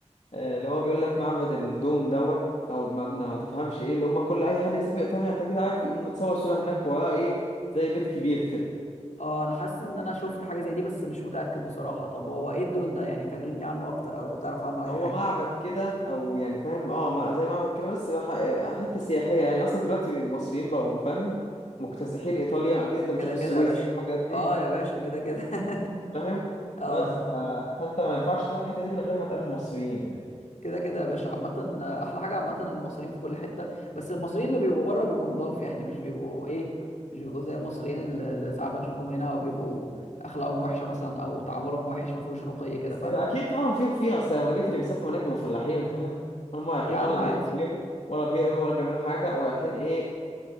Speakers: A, on the left (about 70°); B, on the left (about 85°).
A: آه، اللي هو بيقول لك معبد الدوم دوت او المبنى ما تفهمش ايه اللي هم كل اي حد بيسافر ايطاليا انت كده عارف يقوم متصور صوره هناك وراه ايه زي بيت كبير كده
B: اه انا حاسس ان انا شفت حاجه زي دي بس مش متاكد بصراحه طب هو ايه الدون ده يعني كلمني عنه اكتر او لو تعرف عنه اي
A: هو
B: حاجه
A: معبد كده او يعني فاهم اه ما- زي معبد كده بس بح- حته سياحيه يعني اصلا دلوقتي المصريين بقوا فاهم مكتسحين ايطاليا اكيد انت بتشوف
B: كده
A: السويسي
B: كده يا باشا
A: والحاجات
B: اه
A: دي
B: يا باشا كده كده <laughs>
A: فاهم
B: اه
A: بس ف... فانت ما ينفعش تروح الحته دي من غير ما تقابل مصريين يعني
B: كده كده يا باشا عامه آه، احلى حاجه عامه المصريين في كل حته بس المصريين اللي بيبقوا بره بيبقوا نضاف يعني مش بيبقوا ايه مش بيبقوا زي المصريين اللي اللي ساعات بنشوفهم هنا وبيبقوا اخلاقهم وحشه مثلا او تعاملهم وحش ما فيهوش رقي كده
A: بس
B: فاهم
A: اكيد طبعا في وفي اصل اغلبيه اللي بيسافروا هناك بيبقوا فلاحين فاهم هم رايحين
B: يا عم
A: ولا بيتكلموا
B: عادي
A: ولا بيقروا ولا بيعملوا حاجه ورايحين ايه